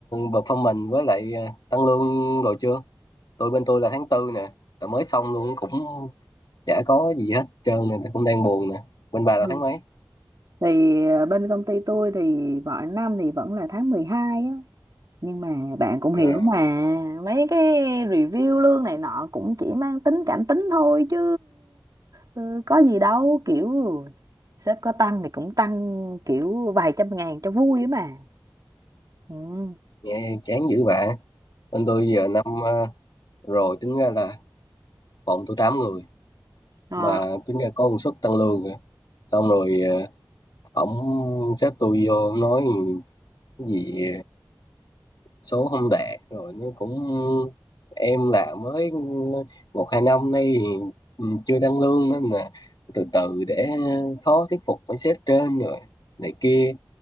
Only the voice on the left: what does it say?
performance với lại ờ, tăng lương rồi chưa? Tôi bên tôi là tháng tư nè, là mới xong luôn cũng chả có gì hết trơn nè, cũng đang buồn nè. Bên bà
là tháng mấy?
À,
nghe chán dữ bà. Bên tôi giờ năm ờ, rồi tính ra là phòng tôi 8 người
mà tính ra có công suất tăng lương kìa. Xong rồi ờ, ổng xếp tôi vô nói cái gì số không đạt rồi nó cũng em là mới một hai năm nay thì ừ, chưa tăng lương nên mà từ từ để khó thuyết phục mấy sếp trên rồi này kia